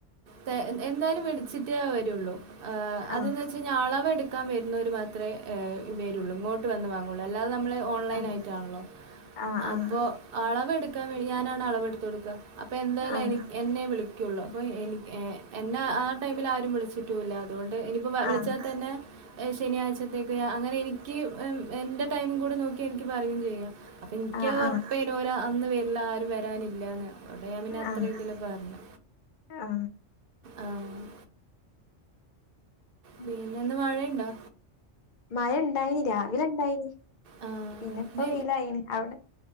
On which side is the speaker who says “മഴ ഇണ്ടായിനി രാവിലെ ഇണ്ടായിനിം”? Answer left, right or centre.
Left